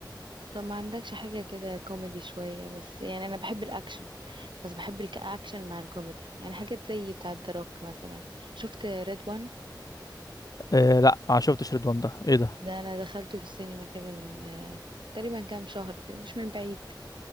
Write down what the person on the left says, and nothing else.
آه لا ما شفتش رضوان ده ايه ده